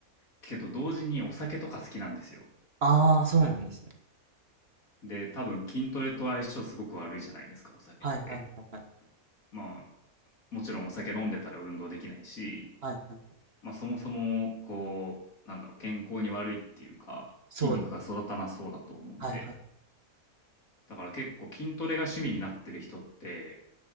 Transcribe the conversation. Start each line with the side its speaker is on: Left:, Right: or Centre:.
Left: けど同時にお酒とか好きなんですよ。
Right: ああ、そうなんですね。
Left: で、多分筋トレと相性すごく悪いじゃないですか、お酒って。
Right: はい、はい、はい、はい。
Left: まあ、もちろんお酒飲んでたら運動できないし、
Right: はい、はい。
Left: まあ、そもそも、こう、なんだろう、健康に悪いっていうか、
Right: そう。
Left: 筋肉が育たなそうだと思うんで、
Right: はい、はい。
Left: だから結構筋トレが趣味になってる人って、